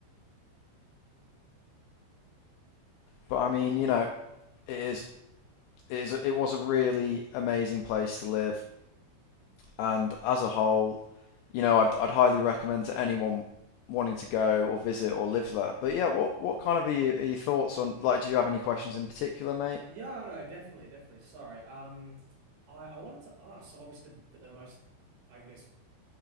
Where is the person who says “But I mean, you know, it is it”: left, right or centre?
Left